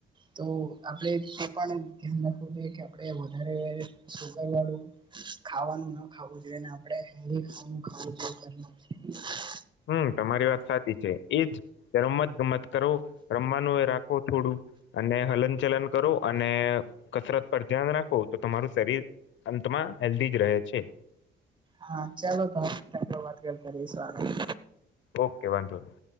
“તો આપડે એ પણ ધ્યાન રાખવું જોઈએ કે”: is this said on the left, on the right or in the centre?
Right